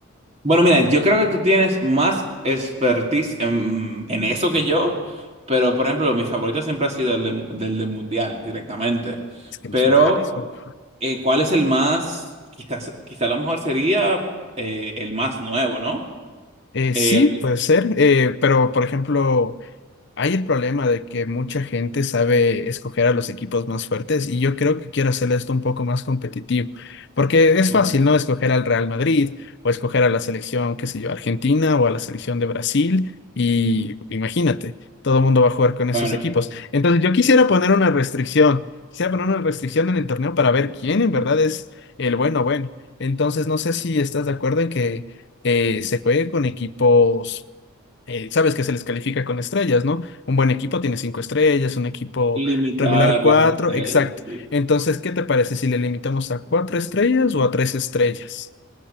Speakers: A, on the right; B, on the left.
A: Bueno, mira, yo creo que tú tienes más expertise en, en eso que yo, pero por ejemplo, mi favorito siempre ha sido el de- del del Mundial directamente.
B: Es que los
A: Pero,
B: mundiales. uf.
A: eh, ¿cuál es el más? Quizás, quizá a lo mejor sería eh, el más nuevo, ¿no?
B: Eh,
A: Eh,
B: sí, puede ser, eh, pero por ejemplo... Hay el problema de que mucha gente sabe escoger a los equipos más fuertes y yo creo que quiero hacer esto un poco más competitivo, porque es
A: ok,
B: fácil, ¿no? Escoger al Real Madrid o escoger a la selección, qué sé yo, Argentina o a la selección de Brasil y imagínate, todo el mundo va a jugar con esos
A: Bueno,
B: equipos. Entonces yo quisiera poner una restricción, quisiera poner una restricción en el torneo para ver quién en verdad es el bueno bueno. Entonces no sé si estás de acuerdo en que eh, se juegue con equipos eh, sabes que se les califica con estrellas, ¿no? Un buen equipo tiene cinco estrellas, un equipo
A: Limitar
B: regular cuatro,
A: las estrellas,
B: exacto.
A: sí.
B: Entonces, ¿qué te parece si le limitamos a cuatro estrellas o a tres estrellas?